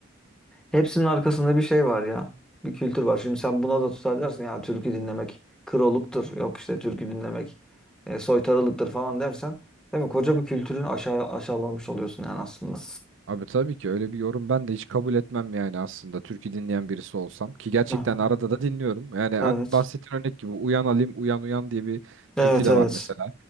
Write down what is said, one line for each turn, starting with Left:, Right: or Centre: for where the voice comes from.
Centre: Hepsinin arkasında bir şey var ya. Bir kültür var. Şimdi sen buna da tutar dersin ya türkü dinlemek kroluktur. Yok işte türkü dinlemek e, soytarılıktır falan dersen değil mi? Koca bir kültürün aşağı aşağılanmış oluyorsun yani aslında.
Right: Abi tabii ki öyle bir yorum ben de hiç kabul etmem yani aslında türkü dinleyen birisi olsam ki gerçekten
Centre: Aha,
Right: arada da dinliyorum. Yani hani
Centre: evet.
Right: bahsettiğin örnek gibi Uyan Alim Uyan Uyan diye bir
Centre: Evet,
Right: türkü de
Centre: evet.
Right: var mesela.